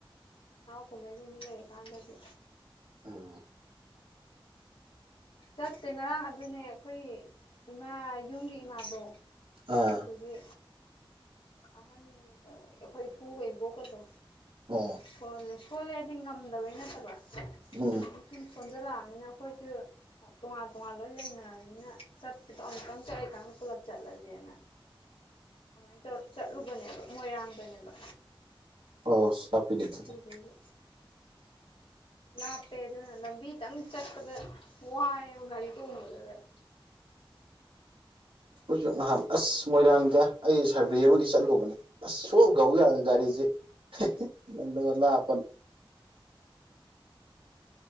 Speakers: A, on the left; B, on the right.
A: ꯍꯔꯥꯎ ꯀꯨꯝꯍꯩꯒꯨꯝꯕ ꯂꯩꯔꯥ ꯀꯥꯟꯗꯗꯤ
B: ꯑꯥꯝ
A: ꯆꯠꯇꯦ ꯉꯔꯥꯡ ꯑꯗꯨꯅꯦ ꯑꯩꯈꯣꯏ ꯏꯃꯥ ꯌꯨꯝꯒꯤ ꯏꯃꯥꯗꯣ
B: ꯑꯥ
A: ꯑꯗꯨꯗꯨꯒꯤ ꯑꯍꯟ ꯑꯩꯈꯣꯏ ꯏꯄꯨꯒ ꯏꯕꯣꯛꯀꯗꯣ
B: ꯑꯣ
A: ꯁꯣꯜꯂꯦ ꯁꯣꯜꯂꯦꯗꯤ ꯉꯝꯗꯕꯩ ꯅꯠꯇꯕ
B: ꯎꯝ
A: ꯁꯨꯝ ꯁꯨꯝ ꯁꯣꯟꯖꯜꯂꯛꯑꯝꯃꯤꯅ ꯑꯩꯈꯣꯏꯁꯨ ꯇꯣꯉꯥꯟ ꯇꯣꯉꯥꯟ ꯂꯣꯏ ꯂꯩꯅꯔꯕꯅꯤꯅ ꯆꯠꯄꯗꯣ ꯑꯃꯨꯛꯇꯪ ꯆꯠꯂꯂꯤꯀꯥꯟꯗ ꯄꯨꯂꯞ ꯆꯠꯂꯁꯦꯅ ꯑꯗꯨꯃꯥꯏꯅ ꯇꯧꯔ ꯆꯠꯂꯨꯕꯅꯦꯕ ꯃꯣꯏꯔꯥꯡꯗꯅꯦꯕ
B: ꯑꯣ ꯍꯥꯞꯄꯤꯅꯦ ꯑꯗꯨꯗꯤ
A: ꯑꯗꯨꯗꯨꯒꯤ ꯂꯥꯞꯄꯦ ꯑꯗꯨꯅ ꯂꯝꯕꯤꯇꯪ ꯆꯠꯄꯗ ꯋꯥꯏꯌꯦꯕ ꯒꯥꯔꯤ ꯇꯣꯡꯕꯗꯗ <inaudible>
B: ꯑꯩꯈꯤꯏꯁꯨ ꯅꯍꯥꯟ ꯑꯁ ꯃꯣꯏꯔꯥꯡꯗ ꯑꯩ ꯁꯥꯔꯚꯦ ꯑꯃꯒꯤ ꯆꯠꯂꯨꯕꯅꯦ ꯑꯁ ꯁꯨꯡꯌꯧꯌꯧ ꯌꯗꯗꯅ ꯒꯥꯔꯤꯁꯤ ꯍꯦ ꯍꯦ ꯂꯝꯅꯒ ꯂꯞꯄꯅꯦ